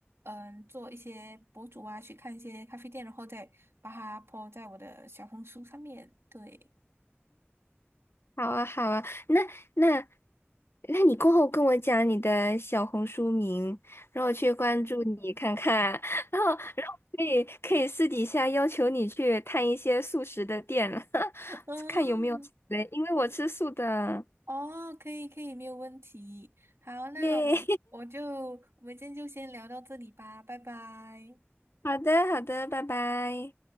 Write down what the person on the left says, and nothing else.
好啊，好啊，那那那你过后跟我讲你的小红书名，让我去关注你看看，<laughs> 然后然后可以可以私底下要求你去探一些素食的店，
<laughs>
看有没有嘞，因为我吃素的，
耶，
<laughs> 好的好的，拜拜。